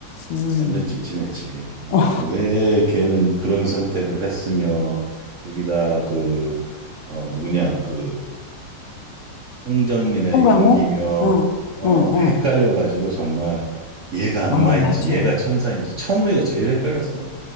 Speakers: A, on the left (about 85°); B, on the right (about 65°).
A: 음.
B: 완전 찜찜했지. 어,
A: 어,
B: 왜 걔는 그런 선택을 했으며 여기다 그 어, 누구냐 그 홍정민의
A: 송강호?
B: 연기며
A: 응,
B: 어
A: 응,
B: 헷갈려가지고
A: 응.
B: 정말 얘가 악마인지
A: 아, 맞아.
B: 얘가 천사인지 천우희가 제일 헷갈렸어.